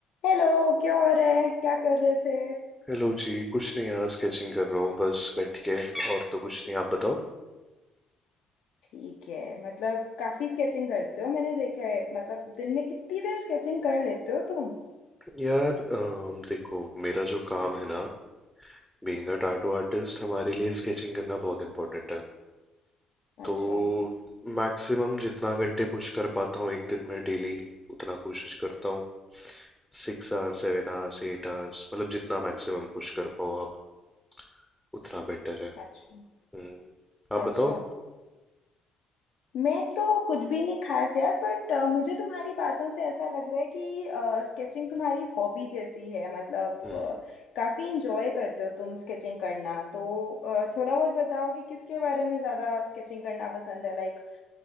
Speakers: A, on the left; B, in the centre.
A: Hello क्या हो रहा है क्या कर रहे थे
B: Hello जी कुछ नहीं यार स्केचिंग कर रहा हूँ बस बैठ के और तो कुछ नहीं आप बताओ
A: ठीक है मतलब काफी स्केचिंग करते हो मैंने देखा है मतलब दिन में कितनी देर स्केचिंग कर लेते हो तुम
B: यार अम, देखो मेरा जो काम है ना बीइंग अ टैटू आर्टिस्ट हमारे लिए स्केचिंग करना बहुत इम्पोर्टेंट है तो
A: अच्छा
B: मैक्सिमम जितना घंटे पुश कर पाता हूँ एक दिन में डेली उतना कोशिश करता हूँ Six hours seven hours eight hours मतलब जितना मैक्सिमम पुश कर पाओ आप उतना बेटर है
A: अच्छा
B: हम्म, आप
A: अच्छा
B: बताओ
A: मैं तो कुछ भी नहीं खास यार बट मुझे तुम्हारी बातों से ऐसा लग रहा है कि स्केचिंग तुम्हारी हॉबी जैसी है मतलब
B: हम्म
A: अ, काफी इंजॉय करते हो तुम स्केचिंग करना तो अ, थोड़ा बहुत बताओ कि किसके बारे में ज्यादा स्केचिंग करना पसंद है लाइक